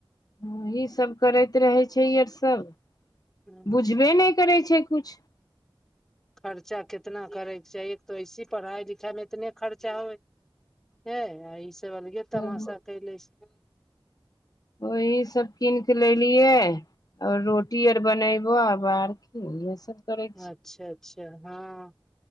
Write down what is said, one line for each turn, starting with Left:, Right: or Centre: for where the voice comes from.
Left: हूँ इ सब करैत रहै छै ये सब
Centre: हूँ
Left: बुझबे नै करै छै कुछ।
Centre: खर्चा कितना करै छै एक तऽ ऐसी पड़हाइ लिखाइ मे इतने खर्चा होय। हे इसब अलगे
Left: तब
Centre: तमाशा कैले छै।
Left: ओही सब किन के लैलियै। और रोटी और बनेबो आब आर कि इहे सब- करै
Centre: अच्छा अच्छा हँ।